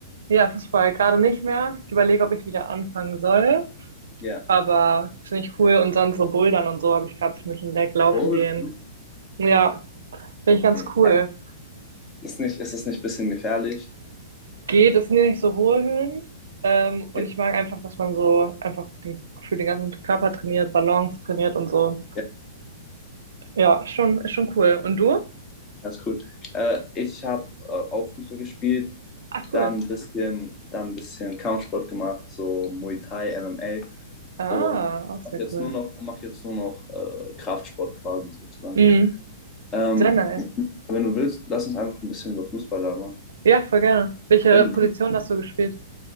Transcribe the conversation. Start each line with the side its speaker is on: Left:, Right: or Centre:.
Right: ja, Fußball gerade nicht mehr. Ich überlege, ob ich wieder anfangen soll.
Left: Ja.
Right: Aber finde ich cool. Und sonst so Bouldern und so habe ich gerade für mich entdeckt, laufen
Left: Bouldern.
Right: gehen. Ja, finde
Left: Okay.
Right: ich ganz cool.
Left: Ist nicht, ist es nicht ein bisschen gefährlich?
Right: Geht, es sind ja nicht so hohe Höhen. Ähm, und
Left: Ja,
Right: ich mag einfach, dass man so einfach den, für den ganzen Körper trainiert, Balance trainiert und so.
Left: ja,
Right: Ja, schon, ist schon cool. Und du?
Left: ja, ist cool. Äh, ich habe äh, auch Fußball gespielt,
Right: Ach, cool.
Left: dann ein bisschen, dann ein bisschen Kampfsport gemacht, so Muay Thai, MMA
Right: Ah,
Left: und
Right: auch
Left: mache
Right: sehr
Left: jetzt
Right: cool.
Left: nur noch, mach jetzt nur noch äh, Kraftsport quasi sozusagen.
Right: Mhm.
Left: Ähm,
Right: Sehr nice.
Left: Ja, Wenn du willst, lass uns einfach ein bisschen über Fußball labern.
Right: Ja, voll gerne. Welche
Left: Wenn du,
Right: Position hast du gespielt?